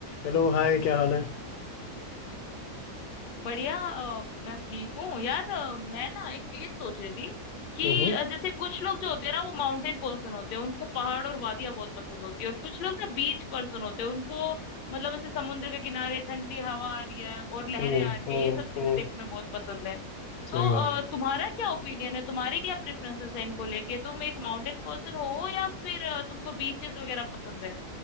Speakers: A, on the left; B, on the left.
A: Hello hi क्या हाल है
B: बढ़िया अ, मैं ठीक हूँ यार अ, मैं ना एक चीज सोच रही थी कि
A: हम्म
B: अ, जैसे कुछ लोग जो होते हैं ना वो माउंटेन पर्सन होते हैं उनको पहाड़ और वादियां बहुत पसंद होती है और कुछ लोग ना बीच पर्सन होते हैं उनको मतलब ऐसे समुद्र के किनारे ठंडी हवा आ रही है और लहरें
A: हम्म
B: आ रही
A: हम्म
B: है ये सब चीजें
A: हम्म,
B: देखना बहुत पसंद है तो
A: सही बात
B: अ,
A: है
B: तुम्हारा क्या ओपिनियन है तुम्हारे क्या प्रेफरेंसेस है इनको लेके तुम एक माउंटेन पर्सन हो या फिर अ, तुमको बीचेस वगैरह पसंद है